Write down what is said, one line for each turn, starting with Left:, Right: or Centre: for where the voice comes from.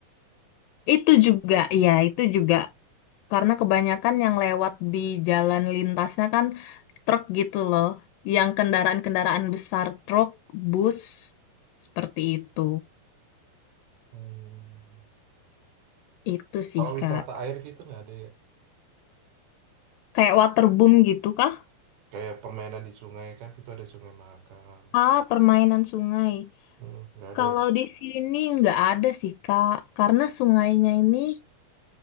Left: Itu juga, iya, itu juga. Karena kebanyakan yang lewat di jalan lintasnya kan truk gitu loh. Yang kendaraan-kendaraan besar, truk, bus, seperti itu.
Right: Hmm.
Left: Itu sih,
Right: Kalau wisata
Left: Kak.
Right: air sih itu nggak ada ya.
Left: Kayak waterboom gitu kah?
Right: Kayak permainan di sungai kan, situ ada Sungai Mahakam.
Left: Ah, permainan sungai.
Right: Hmm, nggak ada
Left: Kalau
Right: ya?
Left: di sini nggak ada sih, Kak. Karena sungainya ini